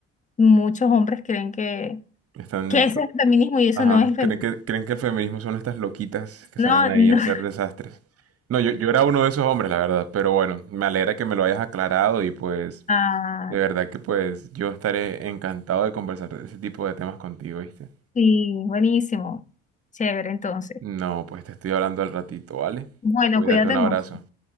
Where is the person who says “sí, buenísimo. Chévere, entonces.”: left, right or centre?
Left